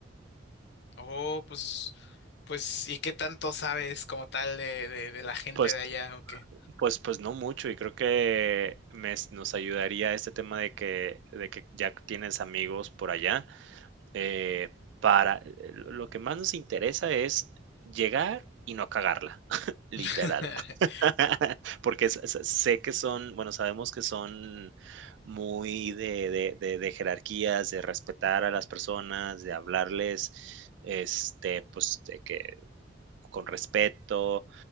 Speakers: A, on the left; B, on the right.
A: Oh, pues, pues, ¿y qué tanto sabes como tal de, de, de la gente
B: Pues,
A: de allá o qué?
B: pues, pues no mucho y creo que me es- nos ayudaría este tema de que, de que ya tienes amigos por allá. eh, para, eh, lo lo que más nos interesa es llegar y no cagarla, <laughs> literal.
A: <laughs>
B: <laughs> Porque s- s- sé que son, bueno, sabemos que son muy de, de- de- de jerarquías, de respetar a las personas, de hablarles, este, pues, de que con respeto.